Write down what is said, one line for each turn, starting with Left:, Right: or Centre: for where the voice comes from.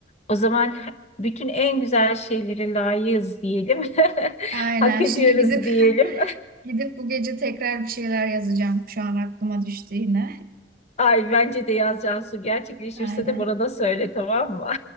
Left: O zaman he- bütün en güzel şeyleri layığız diyelim. <laughs>
Right: Aynen.
Left: Hak ediyoruz
Right: Şimdi gidip
Left: diyelim.
Right: <laughs> gidip bu gece tekrar bir şeyler yazacağım. Şu an aklıma düştü yine.
Left: <laughs> Ay bence de yaz Cansu gerçekleşirse
Right: <laughs> Aynen.
Left: de bana da söyle tamam mı?